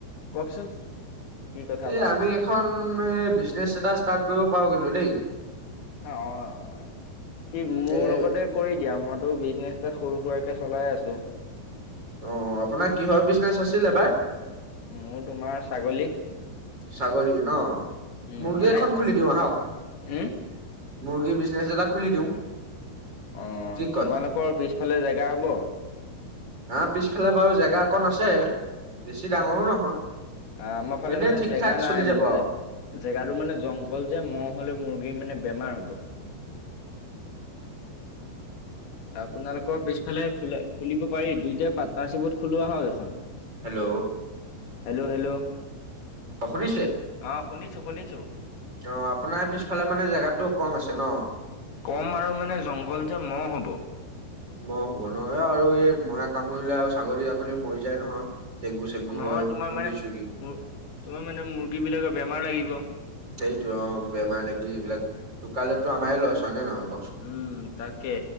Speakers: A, on the left (about 75°); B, on the right (about 25°).
A: কওকচোন, কি কথা
B: এ
A: বাৰু?
B: আমি এখন বিজনেছ এটা কৰিব পাৰো দেই।
A: অ', - অ', - অ', কি মোৰ
B: এ
A: লগতে কৰি দিয়া মইতো বিজনেছ সৰু সুৰাকে চলাই আছোঁ।
B: অ', আপোনাৰ কিহৰ বিজনেচ আছিল এবাৰ?
A: মোৰ তোমাৰ ছাগলী।
B: ছাগলী ন,
A: উম,
B: মুৰ্গী
A: মানে
B: এখন খুলি দিওঁ আহক?
A: উম,
B: মুৰ্গী বিজনেচ এটা খুলি দিওঁ।
A: অঁ',
B: কি
A: তোমালোকৰ পিছফালে জেগা হ'ব?
B: আমাৰ পিছফালে বাৰু জেগা অকন আছে, বেছি ডাঙৰো নহয়।
A: আহ', আমাৰ ফালে
B: এনেই
A: মানে
B: ঠিক
A: জেগা
B: ঠাক
A: নাই
B: চলি
A: মানে
B: যাব আৰু
A: যে। জেগাটো মানে জংঘল যে মহ হলে মুৰ্গীৰ মানে বেমাৰ হ'ব। আপোনালোকৰ পিছফালে খ-খুলিব পাৰি দুইটা পাৰ্টনাৰশ্বিপত খোলো আহক।
B: হেল্ল'।
A: Hello hello.
B: অ', শুনিছে?
A: অঁ', শুনিছোঁ-শুনিছোঁ।
B: অ', আপোনাৰ পিছফালে মানে জেগাটো কম আছে ন?
A: কম আৰু মানে জংঘল যে মহ হ'ব।
B: মহ হ'ব নয় আৰু এই মহে কামুৰিলে আৰু ছাগলী- আগলী মৰি যায় নহয়। ডেংগু চেংগু
A: নহয়
B: হয়
A: তোমাৰ
B: মুৰ্গী
A: মানে,
B: চুৰ্গী
A: তোমাৰ মানে মুৰ্গী বিলাকৰ বেমাৰ লাগিব।
B: সেইৰিটো অ', বেমাৰ লাগি এইবিলাক, ঢুকালেতো আমাৰেই লছ হয়নে নহক?
A: উম তাকে,